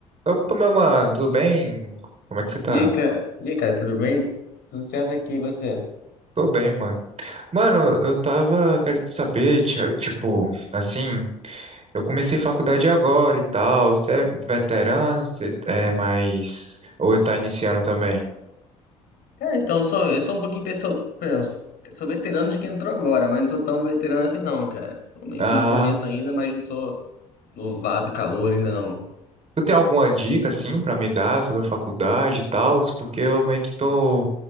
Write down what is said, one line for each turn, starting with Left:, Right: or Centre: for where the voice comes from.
Right: Opa, meu mano, tudo bem? Como é que você tá?
Left: E aí, cara? E aí, cara, tudo bem? Tudo certo aqui, e você?
Right: Tô bem, mano. Mano, eu tava querendo saber, ti- tipo, assim, eu comecei faculdade agora e tal. Você é veterano? Você é mais. Ou tá iniciando também?
Left: Cara, então, sou, eu sou um pouquinho... Sou, eu sou veterano de quem entrou agora, mas não sou tão veterano assim não, cara. Tô meio
Right: Ah,
Left: que no começo ainda, mas não sou novato, calor ainda não.
Right: tu tem alguma dica, assim, pra me dar sobre a faculdade e tal? Porque eu meio que tô